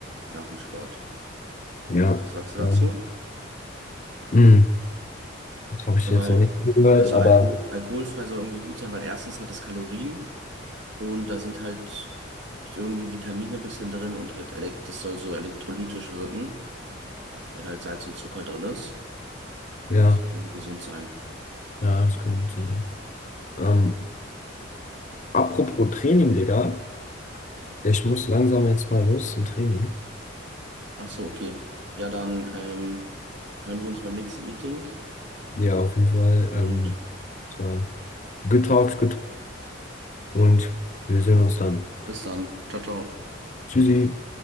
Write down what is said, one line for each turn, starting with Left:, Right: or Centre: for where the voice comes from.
Right: nach dem Sport.
Left: Ja.
Right: Was sagst du dazu?
Left: Ja. Hm, das habe ich
Right: Ja,
Left: jetzt
Right: weil,
Left: noch nicht gehört,
Right: weil so
Left: aber
Right: Alko alkoholfrei soll irgendwie gut sein, weil erstens hat es Kalorien und da sind halt irgendwie Vitamine ein bisschen drin und halt elek das soll so elektrolytisch wirken, weil halt Salz und Zucker drin ist
Left: ja,
Right: und es soll irgendwie gesund sein.
Left: ja, das kann gut sein. Ähm, apropos Training, Digga. Ich muss langsam jetzt mal los zum Training.
Right: Ach so, okay. Ja, dann ähm, hören wir uns beim nächsten Meeting
Left: Ja, auf jeden Fall.
Right: und
Left: Ähm, es war good talks, und wir sehen uns dann.
Right: bis dann. Ciao, ciao.
Left: Tschüssi.